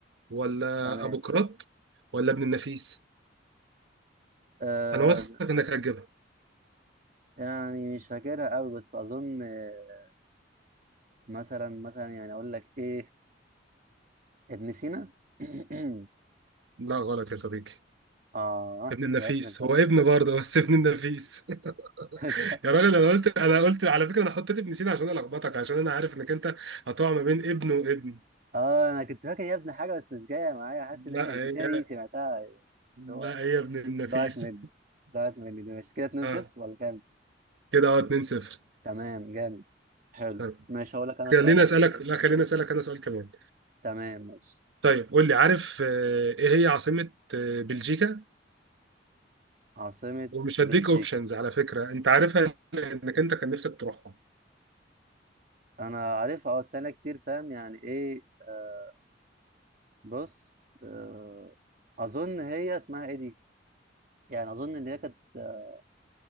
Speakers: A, on the right; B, on the right.
A: ولا
B: تمام
A: ابوقراط ولا ابن النفيس
B: آه
A: انا واثق انك هتجيبها
B: يعني مش فاكرها قوي بس اظن آه، مثلا مثلا يعني اقول لك ايه ابن سينا <clears throat>
A: لا غلط يا صديقي
B: اه
A: ابن النفيس
B: وقعت في الفخ
A: هو ابن برضه بس ابن النفيس <laughs>
B: <laughs>
A: يا راجل انا قلت انا قلت على فكره انا حطيت ابن سينا عشان الخبطك عشان انا عارف انك انت هتقع ما بين ابن وابن
B: اه انا كنت فاكر يا ابني حاجه بس مش جايه معايا حاسس ان
A: لا
B: هي البتاعه
A: هي
B: دي سمعتها بس
A: لا
B: هو
A: هي ابن النفيس
B: ضاعت مني
A: <laughs>
B: ضاعت مني دي مش كده 2
A: اه
B: 0 ولا كام
A: كده اهو 2 0
B: تمام جامد حلو
A: طيب
B: ماشي هقول لك انا
A: خليني
B: سؤال يا
A: اسالك
B: عم كده
A: لا خليني اسالك انا سؤال كمان
B: تمام ماشي
A: طيب قول لي عارف آه، ايه هي عاصمه آه، بلجيكا
B: عاصمه
A: ومش
B: بلجيكا
A: هديك اوبشنز على فكره انت عارفها انك انت كان نفسك تروحها
B: انا عارفها اه بس انا كتير فاهم يعني ايه آه، بص آه، اظن هي اسمها ايه دي يعني اظن ان هي كانت آه،